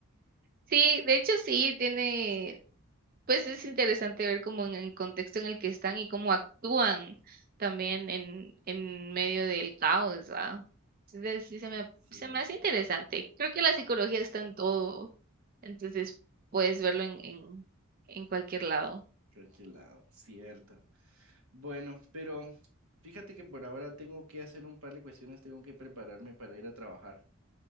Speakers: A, on the right (about 45°); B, on the right (about 80°).
A: Sí, de hecho sí, tiene, pues es interesante ver como en el contexto en el que están y cómo actúan también en, en medio del caos, ¿va? Entonces sí se me,
B: Cierto,
A: se me hace interesante. Creo que la psicología está en todo, entonces puedes verlo en, en, en cualquier lado.
B: creo que lado, cierto. Bueno, pero fíjate que por ahora tengo que hacer un par de cuestiones, tengo que prepararme para ir a trabajar.